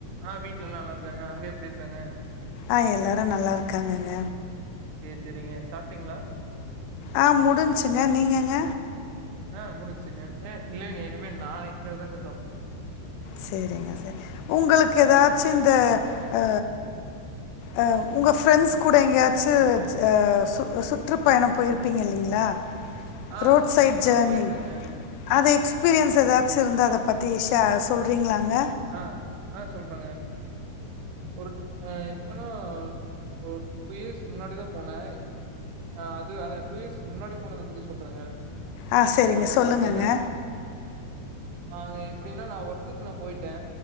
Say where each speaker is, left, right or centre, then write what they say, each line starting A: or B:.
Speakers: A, on the right; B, on the left.
A: ஆ வீட்ல எல்லா நல்லா இருக்காங்க அங்க எப்டி இருக்காங்க
B: ஆ எல்லாரு நல்லா இருக்காங்கங்க
A: ஏ செரிங்க சாப்ட்டீங்களா
B: ஆ முடிஞச்சுங்க நீங்கங்க
A: ஆ முடிஞச்சுங்க ஏ இல்லலைங்க இனிமேல் நா இனிமேல்தாங்க சாப்னு
B: செரிங்க செரி உங்களுக்கு
A: ஆ
B: ஏதாச்சு இந்த ஆ அ உங்க ஃப்ரெண்ட்ஸ் கூட எங்கேயாச்சு அ சு சுற்றுப்பயணம் போயிருப்பீங்க இல்லைங்களா
A: <inaudible>
B: ரோட் சைட் ஜர்னி
A: ஆ போயிருக்கேங்க.
B: அது எக்ஸ்பீரியன்ஸ் ஏதாச்சு இருந்த அத பத்தி ஷா சொல்றீங்களாங்க
A: ஆ ஆ சொல்றேங்க ஒரு அ எப்பனா ஒரு டூ யர்ஸ் முன்னாடிதா போனே ஆ அது அந்த டூ யர்ஸ் முன்னாடி போனத பத்தி சொல்றேங்க
B: ஆ சரிங்க
A: அ
B: சொல்லுங்கங்க
A: எப்டின்னா ஆ எப்டின்னா நா ஒர்க்குக்கு நா போயிட்டே